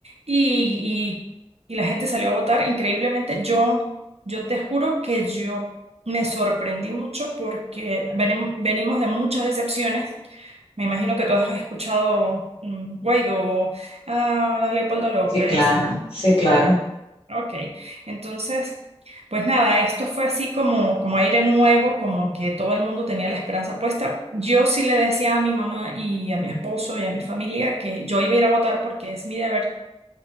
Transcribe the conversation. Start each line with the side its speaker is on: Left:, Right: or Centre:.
Right: y, y- y la gente salió a votar increíblemente. Yo, yo te juro que yo me sorprendí mucho porque venim- venimos de muchas decepciones. Me imagino que tú has escuchado mm, Guaidó, ah, Leopoldo López,
Left: sí, claro, sí, claro,
Right: Ok, entonces, pues nada, esto fue así como, como aire nuevo, como que todo el mundo tenía la esperanza puesta. Yo sí le decía a mi mamá y a mi esposo y a mi familia que yo iba a ir a votar porque es mi deber,